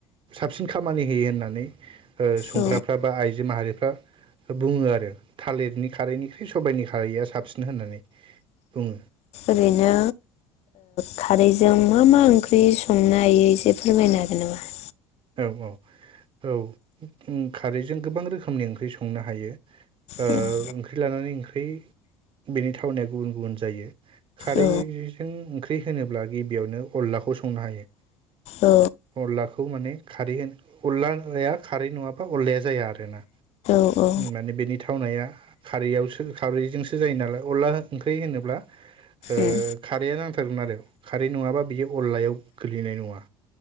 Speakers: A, on the right (about 40°); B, on the left (about 55°).
A: साबसिन खा खामानि होयो होननानै ओ संग्राफ्रा
B: औ
A: बा आइजो माहारिफ्रा बुङो आरो। थालिरनि खारैनिखुरै सबाइनि खारैया साबसिन। होननानै बुङो
B: ओरैनो खारैजों मा मा ओंख्रि संनो हायो एसे फोरमायनो हागोन नामा?
A: औ औ औ खारैजों गोबां रोखोमनि ओंख्रि संनो हायो ओ
B: नामा?
A: ओंख्रि लानानै ओंख्रि बेनि थावनायया गुबुन गुबुन जायो। खारैजों
B: औ
A: ओंख्रि होनोब्ला गिबियावनो अनलाखौ संनो हायो
B: औ
A: अनलाखौ माने खारै होनो अनलाया खारै नङाबा अनलाया जाया आर ना।
B: औ औ
A: माने बेनि थाखाय थावनाया खारैयावसो खारैजोंसो जायो नालाय अनला ओंख्रि होनोब्ला ओ
B: उम
A: खारैआ नांथारगोन आरो खारै नङाबा बियो अनलायाव गोग्लैनाय नङा